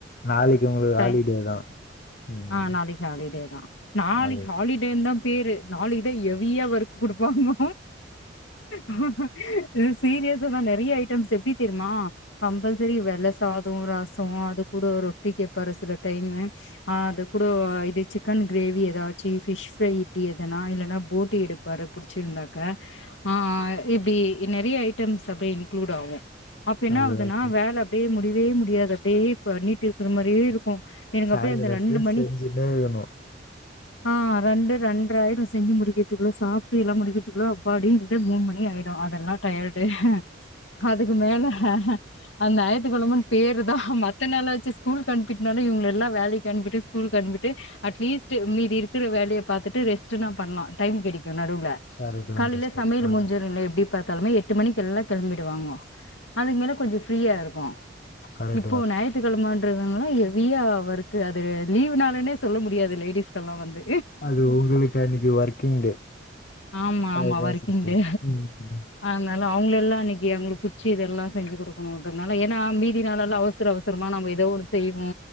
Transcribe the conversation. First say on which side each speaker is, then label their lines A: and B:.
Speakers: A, on the left (about 50°); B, on the left (about 75°).
A: நாளைக்கு உங்களுக்கு
B: டைம்
A: ஹாலிடே தா ம்
B: ஆ நாளைக்கு ஹாலிடே தா நாளைக்கு
A: அது
B: ஹாலிடேன் தா பேரு நாளைக்குதா ஹெவியா வர்க் குடுப்பாங்க ஆ ஆ சீரியஸ்ஸா தா நெறைய ஐட்டம்ஸ் எப்பிடி தெரிமா கம்பல்சரி வெல்ல சாதோ ரசோ அது கூட ரொட்டி கேப்பாரு சில டைமு ஆ அது கூட இது சிக் சிக்கன் கிரேவி ஏதாச்சு பிஷ் ப்ரை இப்பிடி எதுனா இல்லன்னா போட்டி எடுப்பாரு புடிச்சிருந்தா க்கா ஆ ஆ இப்டி நெறைய ஐட்டம்ஸ் அப்டியே இன்க்ளூட் ஆகு அப்ப என்ன
A: அது
B: ஆகுதுன்னா
A: அது
B: வேல அப்படியே முடி இதே மு முடியாதப்டி அப்டியே பண்ணிட்டு அவரு மாரியே இருக்கு எனக்கு
A: சாயந்தர
B: அப்படியே அந்த ரெண்டு
A: வரையு
B: மணி
A: செஞ்சுனே இருக்கணு
B: ஆ ரெண்டு ரெண் பத்தரையாயிடு செஞ்சி முடிகிறதுக்குள்ள சாப்டு எல்லாம் முடிகிறதுக்குள்ள அப்பாடி ரெண்டு மூணு மணி ஆயிடு அது அதெல்லா டயர்டு அதுக்கு மேல அது ஞாயத்துக்கெழமென்னு பேரு தா மத்த நாலச்சு ஸ்கூலுக்கு அனுப்பிட்டுனால இவங்க எல்லா வேலைக்கு அனுப்பிட்டு ஸ்கூல்க்கு அனுபிட்டு அட்லீஸ்ட் மீதி இருக்கிற வேலையை பாத்தட்டு ரெஸ்ட் நா பண்ணலா டைம் கிடைக்கு கு நடுவுல
A: கரெக்ட்டு தா
B: காலையில
A: சிஸ்டர்
B: சமையல்
A: ஆ
B: முடிஞ்சருல்ல எப்பிடி பாத்தாலுமே எட்டு மணிக்கு எல்லா கெளம்பிடு வாங்கோங்க அதுக்கு மேல கொஞ்சு ஃபிரியா இருக் கு
A: கரெக்ட்டு
B: இப்போ
A: தா
B: ஞாயித்துகெழமென்றது நால ஹெவியா வர்க்கு அது லீவ்ன உடனே சொல்ல முடியாது லேடிஸ்கல்லா வந்து
A: அது உங்குளுக்கு அன்னிக்கி ஒர்க்கிங் டே
B: ஆமா ஆமா
A: அதுதா
B: ஒர்க்கிங்
A: சிஸ்டர்
B: டே
A: ம்
B: அதனால அவுங்கள எல்லா அன்னி க்கி அவுங்களுக் புச்சி இதெல்லா செஞ்சு குடுக்குனுன்றதுனால ஏனா மீதி நாளெல்லா அவுசர அவுசரமா நம்ம எதோ ஒனு செய்வோ